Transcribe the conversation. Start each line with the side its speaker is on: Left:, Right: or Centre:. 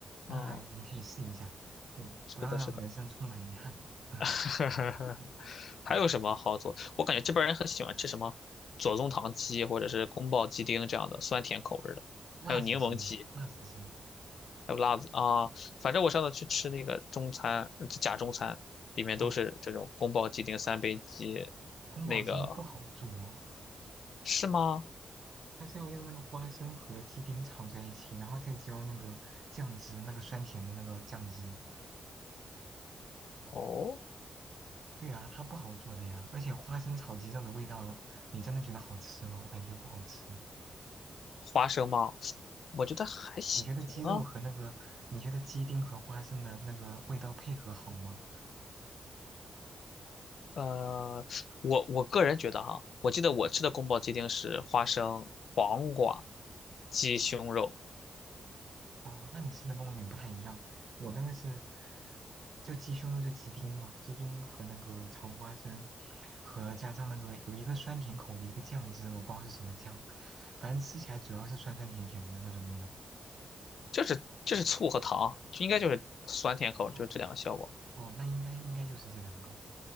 Right: 那你可以试一下。
Left: 嗯，
Right: 对，
Left: 是的，
Right: 不要让人生充满遗憾。
Left: 是的。
Right: <laughs>
Left: <laughs>
Right: 嗯
Left: 还有什么好做？
Right: 嗯，
Left: 我感觉这边儿人很喜欢吃什么左宗棠鸡或者是宫保鸡丁这样的酸甜口味儿的，
Right: 辣子鸡，
Left: 还有柠檬鸡，
Right: 辣子鸡，
Left: 还有辣子啊。反正我上次去吃那个中餐，呃假中餐，里面都是这种宫保鸡丁、
Right: 哦，
Left: 三杯鸡，
Right: 宫保鸡丁不好做哦，
Left: 那个是吗？
Right: 它是要用那个花生和鸡丁炒在一起，然后再浇那个酱汁，那个酸甜的那个酱汁。
Left: 哦，
Right: 对啊，它不好做的呀。而且花生炒鸡肉的味道，你真的觉得好吃吗？我感觉不好吃啊。
Left: 花生吗？我觉得还行啊。
Right: 你觉得鸡肉和那个，你觉得鸡丁和花生的那个味道配合好吗？
Left: 呃，我我个人觉得哈，我记得我吃的宫保鸡丁是花生、黄瓜、鸡胸肉。
Right: 哦，那你吃的跟我有点不太一样，我那个是就鸡胸肉就鸡丁嘛，鸡丁和那个炒花生，和加上那个有一个酸甜口的一个酱汁，我不知道是什么酱，反正吃起来主要是酸酸甜甜的那种味道。
Left: 就是就是醋和糖，就应该就是酸甜口，
Right: 哦，
Left: 就是这两个效果
Right: 哦，那应该应该就是这两个，